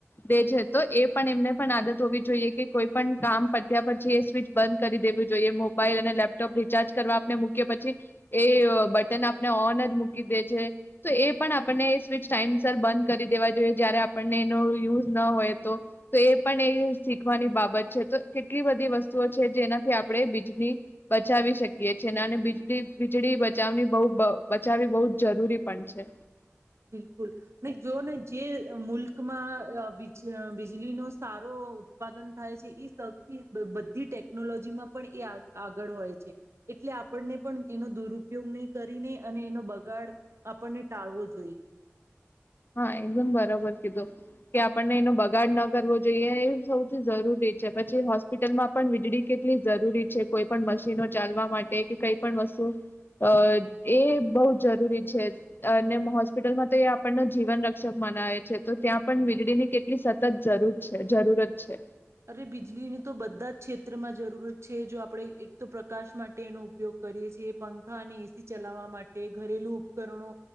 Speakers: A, on the left (about 45°); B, on the right (about 65°).
A: દે છે તો એ પણ એમને પણ આદત હોવી જોઈએ કે કોઈ પણ કામ પત્યા પછી એ સ્વીચ બંધ કરી દેવું જોઈએ. મોબાઈલ અને લેપટોપ રિચાર્જ કરવા આપણે મૂકીએ પછી એ બટન આપને ઓન જ મૂકી દે છે. તો એ પણ આપણને સ્વિચ ટાઈમસર બંધ કરી દેવા જોઈએ જયારે આપણને એનો યુઝ ના હોય તો. તો એ પણ એ શીખવાની બાબત છે તો કેટલી બધી વસ્તુઓ છે જેનાથી આપણે વીજળી બચાવી શકીએ છેએ અને વીજડી વીજળી બચાવની બહ બચાવવી બહુ જરૂરી. પન છેે.
B: બિલકુલ, અને જોઓ ને જે મુલ્કમાં અ વીજ વીજળીનો સારો ઉત્પાદન થાય છે એ સૌથી બધી ટેકનોલોજીમાં પણ એ આગળ હોય છે, એટલે આપણને પણ એનો દુરુપયોગ નહીં કરીને અને એનો બગાડ આપણને ટાળવો જોઈએ.
A: હા એકદમ બરોબર કીધું કે આપણને એનો બગાડ ન કરવો જોઈએ, એ સૌથી જરૂરી છે પછી હોસ્પિટલમાં પણ વીજળી કેટલી જરૂરી છે કોઈ પણ મશીનો ચાલવા માટે કે કઈ પણ વસ્તુ અ એ બહ જરૂરી છે. અને હોસ્પિટલમાં તો એ આપ જીવન રક્ષક મનાવે છે, તો ત્યાં પણ વીજળી ની કેટલી સતત જરૂર છે જરૂરત છે.
B: અરે બીજળીની તો બધા જ ક્ષેત્રમાં જરૂરત છે જો આપણે એક તો પ્રકાશ માટે એનો ઉપયોગ કરીએ છીએ પંખા અને એસી ચલાવવા માટે ઘરેલુ ઉપકરણો